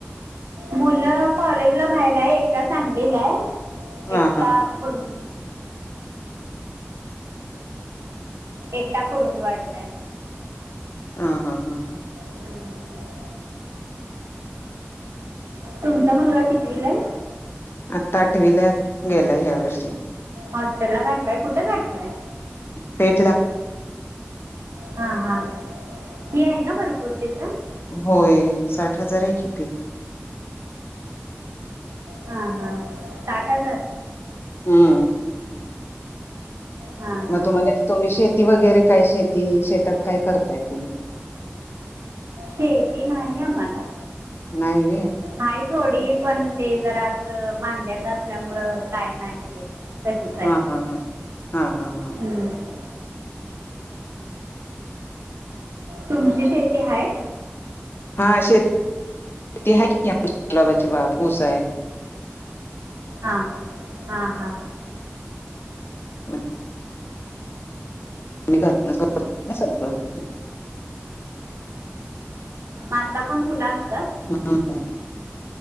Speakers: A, on the right (about 75°); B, on the left (about 55°).
A: मुलं कॉलेजला बाहेर आहे एकटा सांगलेला आहे
B: हा
A: एकटा
B: हा
A: करून. एकटा कूरुंदवाड ला हाय.
B: हा हा हा ह.
A: हं. तुमचा मुलगा कितवी ला हाय.
B: आता आठवीला गेला ह्या वर्षी.
A: हॉस्टेल ला घाटलाय कुठे घाटलंय.
B: पेट ला.
A: हा हा ह फी आहे ना भरपूर तिथं.
B: होय साठ हजार आहे कितीे फी.
A: हा हा साठ हजार.
B: हम्म.
A: हां
B: मग
A: हां
B: तुम्हाला तुम्ही शेती वगैरे काय शेती शेतात काय करताय तुम्ही.
A: शेती नाही आम्हाला.
B: नाही व्ही.
A: आहे थोडी पण ते जर वांद्यात असल्यामुळ काय नाही ते. तशीच आहे
B: हा हा हा हा हा हा ह.
A: हम्म. तुमची शेती हाय.
B: हा शेत ति हाय की गुलाबाची बाग ऊसा हाय.
A: हां. हां हां
B: हम. <unintelligible>
A: आता पण फुलं असतात.
B: हा हा.